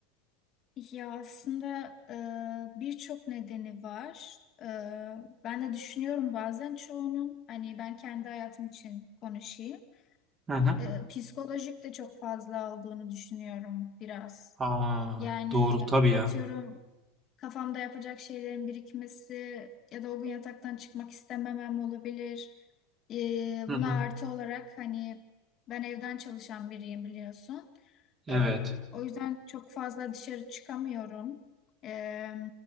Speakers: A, on the left; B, on the right.
A: Ya aslında e, birçok nedeni var. E, ben de düşünüyorum bazen çoğunun hani ben kendi hayatım için konuşayım.
B: Hı hı.
A: e, psikolojik de çok fazla olduğunu düşünüyorum biraz.
B: Aa,
A: Yani
B: doğru tabii
A: atıyorum
B: ya.
A: kafamda yapacak şeylerin birikmesi ya da o gün yataktan çıkmak istememem olabilir. E,
B: Hı
A: buna
B: hı.
A: artı olarak hani ben evden çalışan biriyim biliyorsun.
B: Evet.
A: E, o yüzden çok fazla dışarı çıkamıyorum. E,